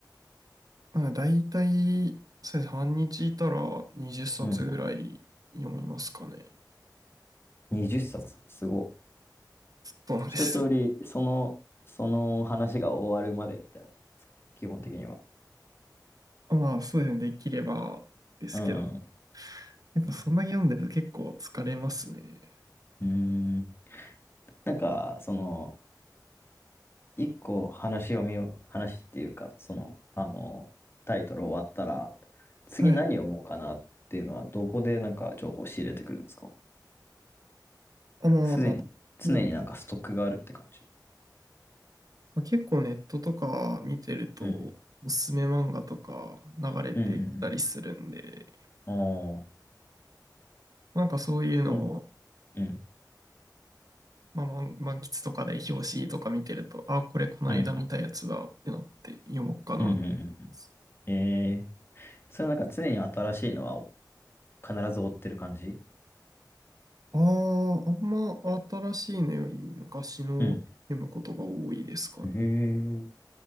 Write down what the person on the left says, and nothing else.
うん。20冊、すごっ。
一通り、その、その話が終わるまでみたいな、基本的には。
うん
うん。うーん。なんか、その、一個話を見よ、話っていうか、その、あの、タイトル終わったら、次何読もうかなっていうのは、
どこでなんか情報を仕入れてくるんですか
すでに、常になんかストックがあるって感じ。
うん。
うんうんうん。ああ。
そうね。うん。
うん。うんうんうんうん。ええそれはなんか常に新しいのは必ず追ってる感じ
うん。えー、